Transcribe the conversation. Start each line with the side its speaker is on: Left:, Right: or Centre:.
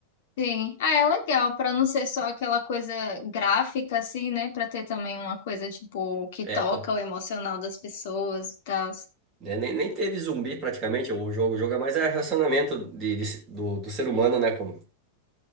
Left: sim. Ah, é legal, pra não ser só aquela coisa gráfica assim, né? Pra ter também uma coisa tipo que
Right: É,
Left: toca
Right: pô.
Left: o emocional das pessoas e tal.
Right: Né, Nem, nem teve zumbi praticamente o jogo. O jogo é mais é relacionamento de, de- do, do ser humano, né? com-